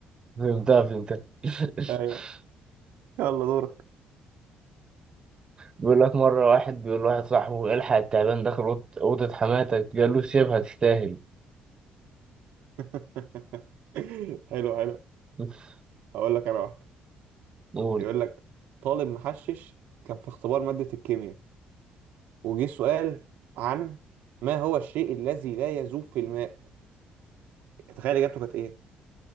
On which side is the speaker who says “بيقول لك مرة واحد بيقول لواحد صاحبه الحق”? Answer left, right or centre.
Right